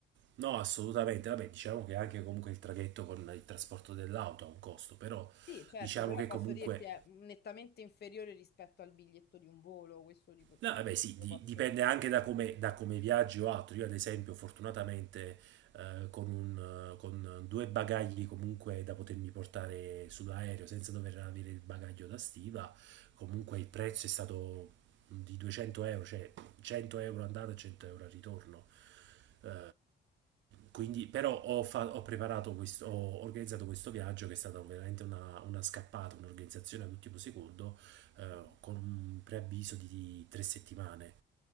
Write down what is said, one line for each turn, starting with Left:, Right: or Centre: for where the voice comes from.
Right: no, assolutamente. Vabbè, diciamo che anche comunque il traghetto con il trasporto dell'auto ha un costo, però
Left: Sì, certo,
Right: diciamo
Left: però
Right: che
Left: posso
Right: comunque
Left: dirti è nettamente inferiore rispetto al biglietto di un volo, questo di- lo
Right: No, vabbè, sì, di-
Left: posso
Right: dipende
Left: dire.
Right: anche da come, da come viaggi o altro. Io, ad esempio, fortunatamente eh, con, un, eh, con due bagagli comunque da potermi portare sull'aereo senza dover avere il bagaglio da stiva, comunque il prezzo è stato di 200 euro, cioè 100 euro andata e 100 euro al ritorno. Eh, quindi, però ho, fa- ho preparato questo, ho organizzato questo viaggio che è stata veramente una, una scappata, un'organizzazione all'ultimo secondo eh,
Left: Mhm.
Right: con un preavviso di tre settimane.